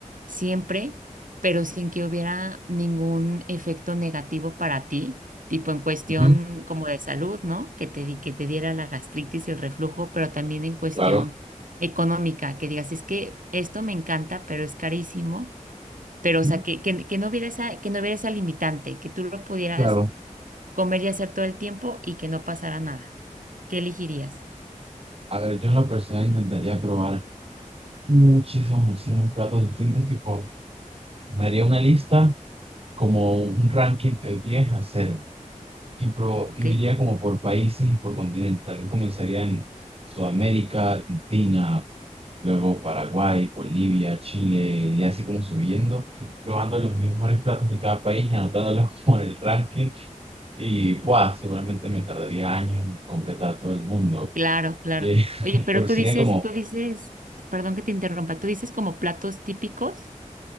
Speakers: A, on the right; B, on the right.
A: siempre, pero sin que hubiera ningún efecto negativo para ti, tipo en cuestión
B: Ujú.
A: como de salud, ¿no? Que te, di- que te diera la gastritis y el reflujo, pero también en cuestión
B: Claro.
A: económica, que digas, es que esto me encanta, pero es carísimo, pero o
B: Ujú,
A: sea, que, que, que no hubiera esa, que no hubiera esa limitante, que tú lo pudieras
B: Claro.
A: comer y hacer todo el tiempo y que no pasara nada. ¿Qué elegirías?
B: A ver, yo en la persona intentaría probar Muchísimos, muchísimos platos distintos, tipo, me haría una lista como un ranking de 10 a cero Y, pro-
A: ¿Ok?
B: y iría como por países y por continentes. Tal vez comenzaría en Sudamérica, Argentina, luego Paraguay, Bolivia, Chile, y así como subiendo, probando los mejores platos de cada país, y anotándolos <laughs> por el ranking. Y ¡guau! seguramente me tardaría años en completar todo el mundo.
A: Claro, claro.
B: Y,
A: Oye,
B: <laughs>
A: pero
B: pero
A: tú
B: sería
A: dices,
B: como
A: tú dices, perdón que te interrumpa, tú dices como platos típicos.